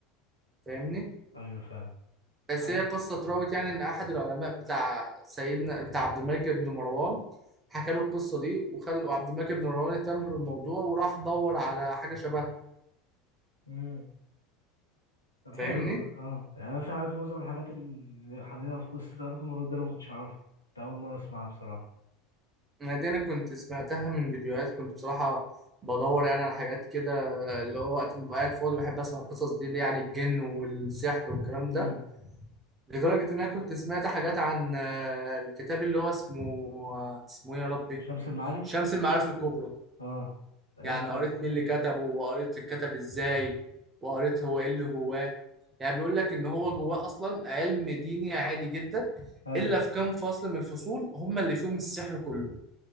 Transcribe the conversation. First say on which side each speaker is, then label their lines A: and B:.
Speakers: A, on the right; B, on the left.
A: فاهمني
B: ايوه فاهم
A: بس
B: عن...
A: هي قصة اتراوت يعني ان احد العلماء بتاع سيدنا بتاع عبد الملك بن مروان حكى له القصة دي وخل... وعبد الملك بن مروان اهتم بالموضوع وراح دور على حاجة شبهها
B: امم طب
A: فاهمني
B: حلو والله. اه يعني انا في حاجات معظم الحاجات اللي حقيقيه في قصه اروك المرود ده أنا ما كنتش اعرفها كنت اول مره اسمعها بصراحه
A: انا دي انا كنت سمعتها من فيديوهات كنت بصراحة بدور يعني على حاجات كده اللي هو وقت ما ببقى قاعد فاضي بحب اسمع القصص دي اللي يعني الجن والسحر والكلام
B: امم
A: ده لدرجة ان انا كنت سمعت حاجات عن آه، الكتاب اللي هو اسمه آه، اسمه ايه يا ربي
B: شمس المعارف
A: شمس المعارف الكبرى
B: اه عرفت
A: يعني قريت
B: يعني
A: مين اللي كتبه وقريت اتكتب ازاي وقريت هو ايه اللي جواه يعني بيقول لك ان هو جواه اصلا علم ديني عادي جدا
B: ايوه
A: الا في كام فصل من الفصول هم اللي فيهم السحر كله